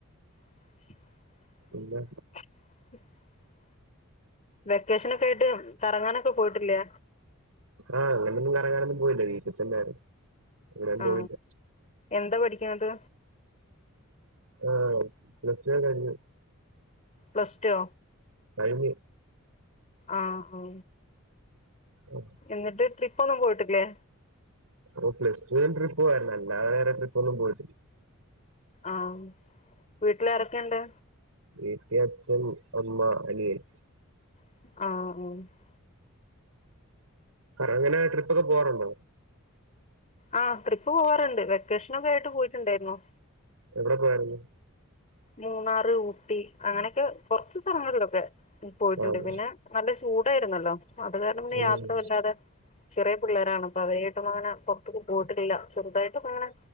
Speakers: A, on the left; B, on the right.
A: <inaudible>
B: പിന്നെ
A: <inaudible> വെക്കേഷനൊക്കെ ആയിട്ട് കറങ്ങാനൊക്കെ പോയിട്ടില്ലേ
B: ആഹ് അങ്ങനൊന്നും കറങ്ങാനൊന്നും പോയില്ല വീട്ടിൽ തന്നൊയിരുന്നു അങ്ങനെയന്നും
A: ആ
B: പോയില്ല
A: എന്താ പഠിക്കുന്നത്
B: ആഹ് പ്ലസ്റ്റുക്കെ കഴിഞ്ഞു
A: പ്ലസ് ടു
B: കഴിഞ്ഞ്
A: ആഹ്
B: ഓ
A: എന്നിട്ട് ട്രിപ്പൊന്നും പോയിട്ടില്ലേ
B: ഓ പ്ലസ് ടു ൻ ട്രിപ്പ് പോയിരുന്നു എല്ല വേറെ ട്രിപ്പ് ഒന്നും പോയിട്ടില്ല
A: ആഹ് വീട്ടിലാരൊക്കെയുണ്ട്
B: വീട്ടി അച്ഛൻ അമ്മ അനിയൻ
A: ആഹ് ആഹ്
B: അങ്ങനെ ട്രിപ്പൊക്കെ പോവാറുണ്ടോ
A: ആഹ് ട്രിപ്പ് പോവാറുണ്ട് വെക്കേഷനൊക്കെ ആയിട്ട് പോയിട്ടുണ്ടായിരുന്നു
B: എവിടെ പോയായിരുന്നു
A: മൂന്നാറ് ഊട്ടി അങ്ങനെയൊക്കെ കുറച്ച് സ്ഥലങ്ങളിലൊക്കെ പോയിട്ടുണ്ട്
B: ആഹ്
A: പിന്നെ- നല്ല ചൂടായിരുന്നല്ലോ അത് കാരണം പിന്നെ
B: ഉം
A: യാത്ര വല്ലാതെ ചെറിയ പിള്ളരാണ് അപ്പൊ അവരെയായിട്ടും അങ്ങനെ പുറത്തക്കും പോയിട്ടില്ല ചെറുതായിട്ടും അങ്ങനെ